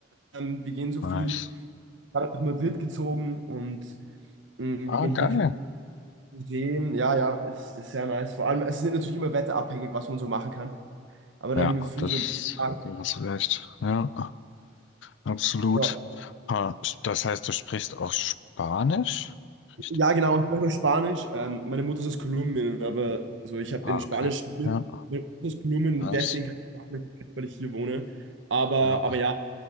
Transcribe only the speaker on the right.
ähm, wir gehen so
viel, gerade nach Madrid gezogen und mh,
wir gehen
hier viel sehen. Ja, ja, ist, ist sehr nice. Vor allem, es ist natürlich immer wetterabhängig, was man so machen kann. Aber
dann gehen wir viel
so in den Park.
Ja.
Ja, genau, ich spreche auch Spanisch. Ähm, meine Mutter ist aus Kolumbien, aber also ich habe
in Spanisch
studiert.
Meine Mutter ist aus Kolumbien,
deswegen kann ich Spanisch, nicht, weil ich hier wohne. Aber,
aber ja,